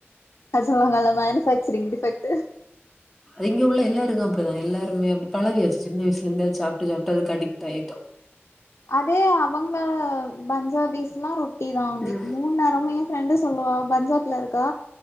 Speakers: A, on the left; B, in the centre.
A: அ சொல்லுவாங்கல்ல மேனுஃபேக்சரிங் டிஃபக்டு
B: இங்க உள்ள எல்லாருக்கு அப்டிதா எல்லாருமே அப்டி பழவியாச்சி சின்ன வயசுல இருந்து சாப்ட்டு சாப்ட்டு அதுக்கு அடிக்ட் ஆயிட்டோ
A: அதே அவங்க பஞ்சாபிஸ்ல்லா ரொட்டி தா அவங்களுக்கு
B: ம்.
A: மூணு நேரமையு ஃப்ரெண்டு சொல்லுவா பஞ்சாப்ல இருக்கா